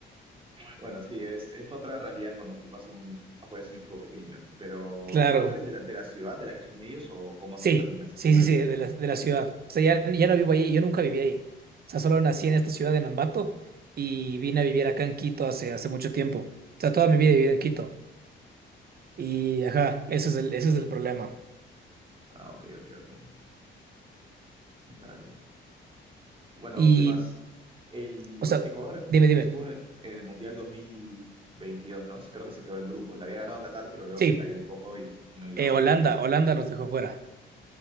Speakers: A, on the right; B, on the right.
A: Bueno, sí, es, es otra realidad cuando tú pasas un, apoyas un equipo pequeño. Pero,
B: Claro.
A: ¿tú, tú eres de la, de la ciudad de la que son ellos o cómo así
B: Sí,
A: terminaste
B: sí,
A: siendo
B: sí,
A: hincha?
B: sí, de la, de la ciudad. O sea, ya, ya no vivo ahí, yo nunca viví ahí. O sea, solo nací en esta ciudad de Nambato y vine a vivir acá en Quito hace, hace mucho tiempo. O sea, toda mi vida
A: Ujú.
B: he vivido en Quito. Y, ajá, ese es el, ese es el problema.
A: Ah, ok, ok, ok. Dale. Bueno,
B: Y,
A: ¿qué más? El,
B: o
A: bueno,
B: sea,
A: Ecuador
B: dime, dime.
A: estuvo en el, en el Mundial 2022, ¿no? Creo que se quedó en grupos. La había ganado Qatar, pero luego
B: Sí,
A: se cayó un poco y, y no llegó.
B: eh, Holanda, Holanda nos dejó fuera.